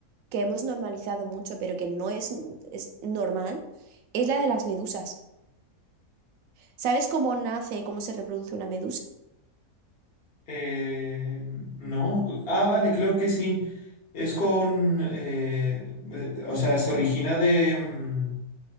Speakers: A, on the right; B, on the left.
A: que hemos normalizado mucho, pero que no es, es normal, es la de las medusas. ¿Sabes cómo nace y cómo se reproduce una medusa?
B: Eh, no. Ah, vale, creo que sí. Es con, eh, eh, o sea, se origina de, mm,